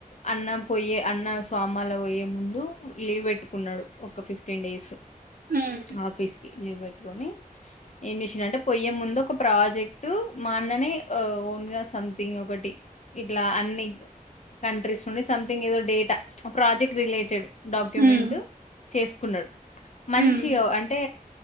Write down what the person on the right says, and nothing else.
హ్మ్
హ్మ్
హ్మ్